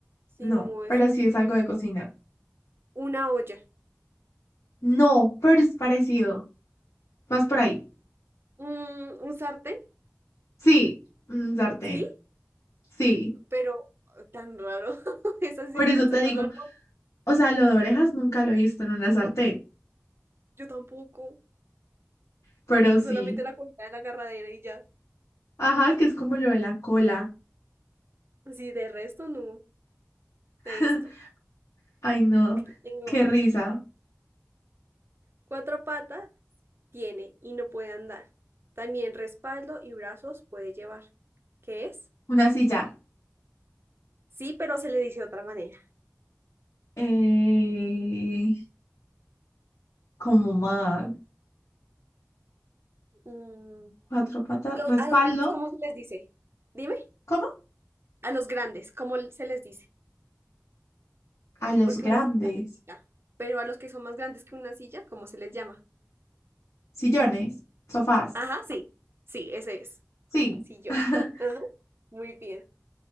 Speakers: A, on the right (about 45°); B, on the left (about 85°).
A: Si
B: no,
A: no,
B: pero
A: es una,
B: sí es algo de cocina.
A: una olla.
B: No, pero es parecido. Vas por ahí.
A: Mm, ¿un sartén?
B: Sí, un sartén.
A: Sí,
B: Sí,
A: pero tan raro. <laughs> Esa
B: por
A: sí me
B: eso
A: resulta
B: te digo.
A: raro.
B: O sea, lo de orejas nunca lo he visto en una sartén,
A: Yo tampoco.
B: pero
A: Solamente
B: sí.
A: la comida de la agarradera y ya.
B: Ajá, que es como lo de la cola.
A: Sí, de resto no te he visto.
B: <laughs> Ay, no,
A: Aquí tengo
B: qué
A: otra.
B: risa.
A: Cuatro patas tiene y no puede andar. También respaldo y brazos puede llevar. ¿Qué es?
B: Una silla.
A: Sí, pero se le dice de otra manera.
B: Eh, como más.
A: Mm,
B: Cuatro patas.
A: lo-
B: Respaldo.
A: a los grandes, ¿cómo se les dice? Dime,
B: ¿Cómo?
A: a los grandes, ¿cómo se les dice?
B: A los
A: Porque
B: grandes.
A: una silla es la chiquita, pero a los que son más grandes que una silla, ¿cómo se les llama?
B: Sillones. Sofás.
A: A- Ajá, sí. Sí, ese es.
B: Sí.
A: Sillón.
B: <laughs>
A: Ajá, muy bien.